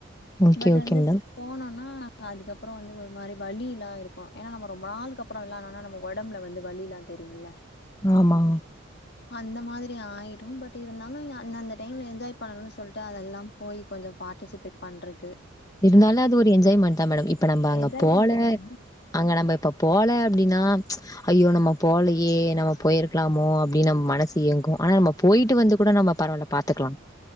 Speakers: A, on the left; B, on the left.
A: ஓகே
B: பட்
A: ஓகே
B: வந்து
A: மேடம்
B: போனோன்னா நா அதுக்கப்ரோன வந்து ஒரு மாரி வழி இலா இருக்கு ஏனா நம்ம ரொம்ப நாளுக்கு அப்ரோ இல்லனனா நம்மோ உடம்புல வந்து வழியிலா தெரியுமில்ல
A: ஆமா
B: அந்த மாதிரி ஆயிடும் பட் இருந்தாலு அந்த அந்த டைம்ல என்ஜாய் பண்ணணுன்னு சொல்டா அதெல்லாம் போய் கொஞ்சோ பார்ட்டிசிபேட் பண்றது
A: இருந்தாலு அது ஒரு என்ஜாய்மெண்ட் தா மேடம் இப்ப நம்ம அங்க
B: என்ஜாய்மெண்ட்டு
A: போல
B: தான
A: அங்க நம்ம இப்ப போல அப்டினா ஐயோ நம்ம போலயே நம்ம போயிருக்கலாமோ அப்டின்னு நம்ம மனசு ஏங்கு ஆனா நம்ம போயிட்டு வந்து கூட நம்ம பரவாலப் பாத்துக்கிலா